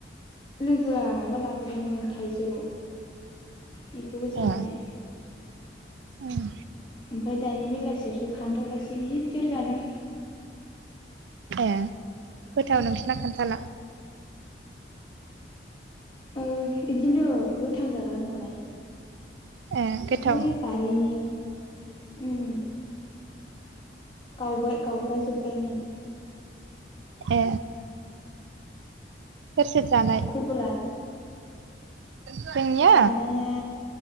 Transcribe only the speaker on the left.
लोगोआ माबा लाबोदोंमोन थाइजौ। बेखौबो जाबाय।
ओमफफ्राय दानि बेलासियावसो खान्थावलासे गिदिर जादों।
ओ इदिनो गोथां जाग्रा नालाय।
ओइ बारिनि आ। उम गावबाय गावग्रा जोबबायमोन।
खबरा?
जानाया